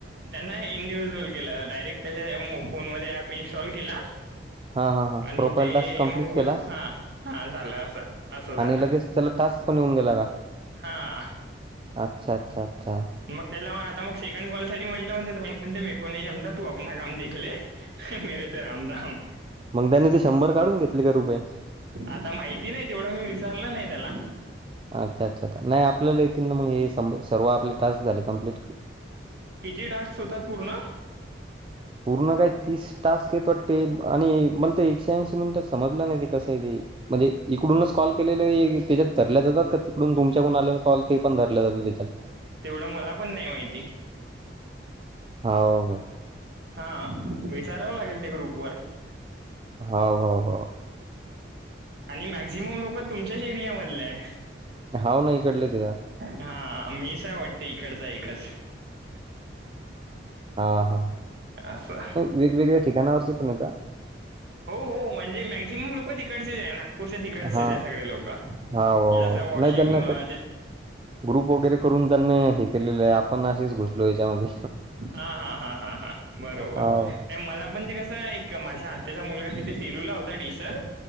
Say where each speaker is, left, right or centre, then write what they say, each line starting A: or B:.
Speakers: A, on the right; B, on the right.
A: त्यांना इंडिव्हुज्युअल केलं डायरेक्ट त्याच्या फोन मध्ये अऍप इन्स्टॉल केला
B: हा हा हां
A: आणि
B: प्रोफाईल
A: ते
B: टास्क कंप्लीट
A: मग बोल
B: केला
A: हा हा झालं असं असं झालं
B: आणि लगेच त्याला टास्क पण येऊन गेला का
A: हा
B: अच्छा अच्छा अच्छा
A: मग त्याला आता मग सेकंड कॉल साठी म्हटलं म्हण म्ह म को नाही जमता तू आपना काम देखले मेरे ते राम राम
B: मग त्याने ते शंभर काढून घेतले का रुपये
A: आता माहिती नाही तेवढं मी विचारलं नाही त्याला
B: अच्छा अच्छा नाही आपल्याला येतील मग सर्व आपले टास्क झाले कम्प्लीट
A: किती टास्क होतात पूर्ण
B: पूर्ण काय तीस टास्क येत वाटते आणि मला ते एकशे ऐंशी मिनिटं समजलं नाही ते कसं आहे ते म्हणजे इकडूनच कॉल केलेले त्याच्यात धरल्या जातात का तिकडून तुमच्या कोून आल्याला कॉल ते पण धरला जात त्याच्यात
A: तेवढं मला पण नाही माहिती
B: हा का
A: हा विचारावं लागेल ते ग्रुप वर
B: होा हो हो
A: आणि मॅक्झिमम लोकं तुमच्याच एरियामधले आहे.
B: हाव ना, इकडलेच आहे
A: हा मीच आहे वाटते इकडचा एकच.
B: हा हा,
A: असं
B: वेगवेगळ्या ठिकाणावरचे पण येता.
A: हो हो म्हणजे मॅक्झिमम लोक तिकडच हाय ना पुढच्या तिकट
B: हाव
A: सगळे लोक म्हे
B: हाव
A: जस वॉशिंगे
B: नाही त्यांना ग्रुप वगैरे करून त्यांनी हे केलेलं आहे आपण असेच घुसलो याच्यामध्ये
A: हा हा हा हा हा बरोबर
B: हाव
A: नाही मला पण ते कसं आहे माझ्या आत्याचा मुलगा तिथे फेलूला होता डीसर